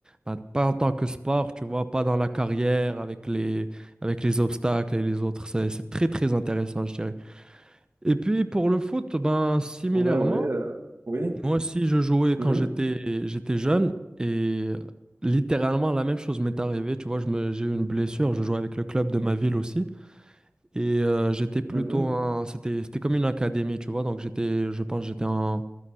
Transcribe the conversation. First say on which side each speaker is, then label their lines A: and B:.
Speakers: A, on the right (about 15°); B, on the right (about 50°).
A: ben, pas en tant que sport, tu vois, pas dans la carrière avec les, avec les obstacles et les autres. C'est, c'est très, très intéressant, je dirais. Et puis, pour le foot, ben, similairement,
B: ouais, ouais. euh, Oui.
A: moi aussi, je jouais
B: Mhm,
A: quand j'étais, j'étais jeune et littéralement, la même chose m'est arrivée. Tu vois, je me, j'ai eu une blessure. Je jouais avec le club de ma ville aussi. Et euh, j'étais plutôt
B: mhm.
A: un... C'était, c'était comme une académie, tu vois. Donc j'étais, je pense, que j'étais en,